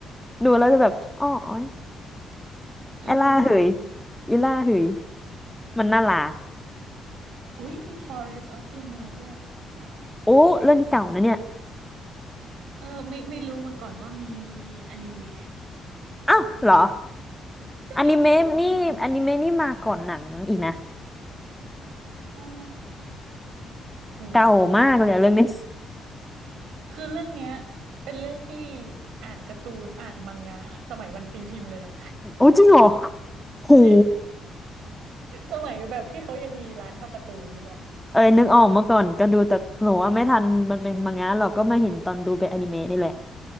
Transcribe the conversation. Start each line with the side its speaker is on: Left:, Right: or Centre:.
Centre: ดูแล้วจะแบบอ้ออ้อย
Right: เออ
Centre: ไอล่าเหยอีล่าเหยมันน่ารัก
Right: อุ้ยมี Forest of Piano ด้วยว้าว
Centre: โอ้เรื่องนี้เก่านะเนี่ย
Right: เฮ้ยเออไม่ไม่รู้มาก่อนว่ามีอนิเมะ
Centre: อ้าวเหรอ
Right: ใช่เนี่ยเพิ่งมาเห็น
Centre: อนิเมะนี่อนิเมะนี่มาก่อนหนังอีกนะ
Right: อ๋อโหโหโห
Centre: เก่ามากเลยอะเรื่องนี้
Right: คือเรื่องเนี้ยเป็นเรื่องที่อ่านการ์ตูนอ่านมังงะสมัยมันตีพิมพ์เลยนะ
Centre: โอ้จริงเหรอ
Right: <laughs>
Centre: หู
Right: จริงสมัยแบบที่เขายังมีร้านเช่าการ์ตูนนึกออกไหม
Centre: เอ้ยนึกออกเมื่อก่อนก็ดูแต่หนูว่าไม่ทันมันเป็นมังงะหรอกก็มาเห็นตอนดูเป็นอนิเมะนี่แหละ